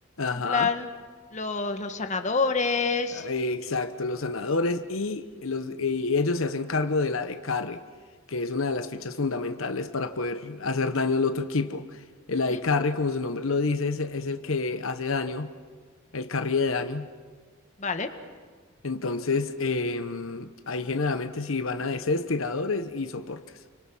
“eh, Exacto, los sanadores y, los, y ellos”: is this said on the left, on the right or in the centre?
Left